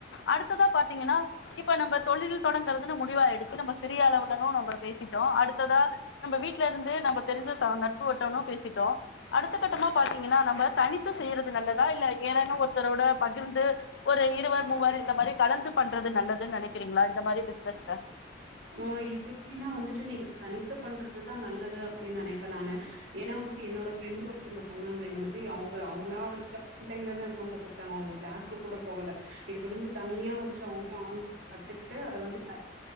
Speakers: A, on the left; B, on the right.
A: அடுத்ததா பாத்தீங்கன்னா இப்ப நம்ம தொழில் தொடங்கறதுன்னு முடிவா எடுத்து நம்ம சிறிய அளவுடனு நம்ம பேசிட்டோ அடுத்ததா நம்ம வீட்டுல இருந்து நம்ம தெரிஞ்ச ச நட்பு வட்டோனு பேசிட்டோ அடுத்த கட்டமா பாத்தீங்கன்னா நம்ம தனித்து செய்யறது நல்லதா இல்ல ஏதான்னா ஒருத்தரோட பகிர்ந்து ஒரு இருவர் மூவர் இந்த மாரி கலந்து பண்றது நல்லதுன்னு நெனைக்கிறீங்களா இந்த மாரி பிசினஸ்ல
B: ஓ இது எப்டின்னா வந்துட்டு நீங்க தனித்து பண்றதுதா நல்லது அப்டின்னு நெனைப்பே நானு ஏன்னா வந்துட்டு என்னோட ஃப்ரெண்ட் ஒருத்தவங்க பண்ணாங்க இந்த மாரி அவ்ங்க அவங்களா வந்துட்டு ஆன்லை தா இருக்கு <unintelligible> ட்டாங்க அவங்க கிளாஸ்கு கூட போகல இதுபடிந்து தனியா வந்துட்டு அவங்கள ஆன் கத்துக்கிட்டு அத வந்து